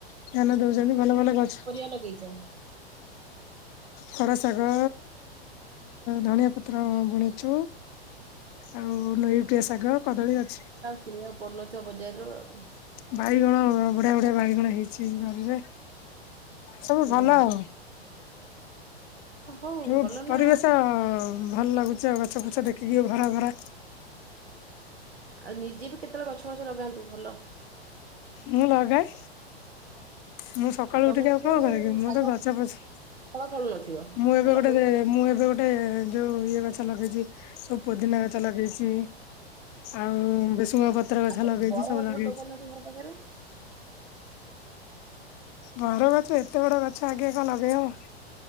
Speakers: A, on the left (about 30°); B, on the right (about 75°).
A: ଧ୍ୟାନ ଦୋଉଚନ୍ତି ଭଲ ଭଲ ଗଛ
B: ଲଗେଇଚ।
A: ଖରା ଶାଗ ଧଣିିଆ ପତ୍ର ବୁଣିଚୁ। ଆଉ ନୋଇଟିିଆ ଶାଗ କଦଳୀ ଅଛ୍
B: କିଣଆକୁ ପଡ଼ୁନଥିବ ବଜାରରୁ ଆଉ।
A: ବାଇଗଣ ବଢ଼ିଆ ବଢ଼ିଆ ବାଇଗଣ ହେଇଚି ବାରିରେ। ସବୁ
B: ହୁଁ।
A: ଭଲ ଆଉ
B: ହଉ
A: ରୁ
B: ଭଲ ନା
A: ପରିବେଶ ଭଲ ଲାଗୁଚି ଆଉ ଗଛ ଫୁଛ ଦେଖିକି ଭରା ଭରା।
B: ଆଉ ନିଜେ ବି କେତୋଳେ ଗଛ ଫଛ ଲଗାନ୍ତୁ ଭଲ।
A: ମୁଁ ଲଗାଏ। ମୁଁ ସକାଳୁ
B: ତମ
A: ଉଠିକି
B: ଗଛରେ
A: ଆଉ କଣ କରେ କି ମୁଁ
B: ଶାଗ
A: ତ ଗଛ ଫଛ
B: ଫଳ ଫଳୁନଥିବ
A: ମୁଁ ଏବେ
B: ଆଉ ଲଗଉଥିବ
A: ଗୋଟେ ମୁଁ ଏବେ ଟେ ଯୋଉ ଇଏ ଗଛ ଲଗେଇଚି ସବୁ ପୋଦିନା ଗଛ ଲଗେଇଚି। ଆଉ ଭେସୁଙ୍ଗା ପତ୍ର ଗଛ
B: ଆଉ
A: ଲଗେଇଚି
B: ବର
A: ସବୁ
B: ଗଛ ଗୋଟେ
A: ଲଗେଇଚି।
B: ଲଗଉନାହାନ୍ତି ଘର ପାଖରେ।
A: ବର ଗଛ ଏତେ ବଡ଼ ଗଛ ଆଗେ କଁ ଲଗେଇ ହବ?